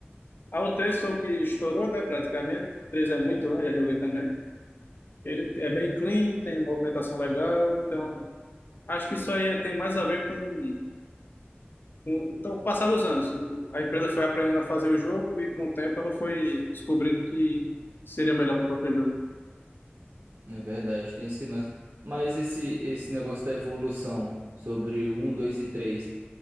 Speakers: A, on the left; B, on the right.
A: A o três foi o que estourou, né, praticamente. O três é muito bom, já joguei também. Ele é bem clean, tem movimentação legal, então acho que isso aí é- tem mais a ver com, com então, o passar dos anos. O- A empresa foi aprendendo a fazer o jogo e com o tempo ela foi descobrindo que seria melhor para o próprio jogo.
B: É verdade, tem esse lance. Mas esse, esse negócio da evolução sobre o 1, 2 e 3.